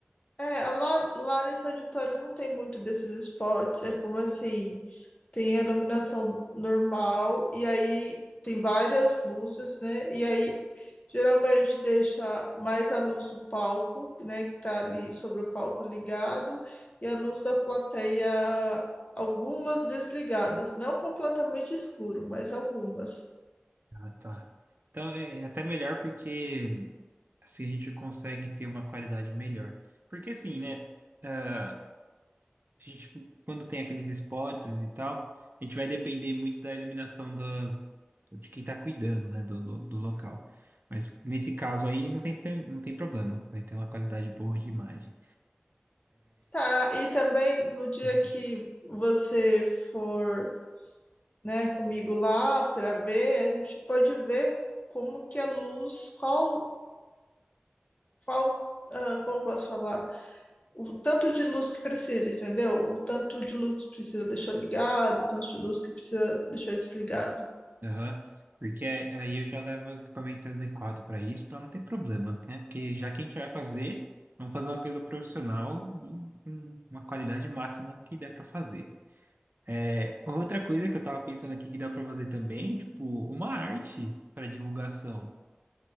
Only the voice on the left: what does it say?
É, a lá, lá nesse auditório não tem muito desses spots, é como assim, tem a iluminação normal e aí tem várias luzes, né? E aí geralmente deixa mais a luz do palco, né, que tá ali sobre o palco ligado, e a luz da plateia, algumas desligadas, não completamente escuro, mas algumas.
Tá, e também no dia
que você for né, comigo lá para ver, a gente pode ver como que a luz, qual, qual, ah, como eu posso falar, o tanto de luz que precisa, entendeu? O tanto de luz que precisa deixar ligado, o tanto de luz que precisa deixar desligado.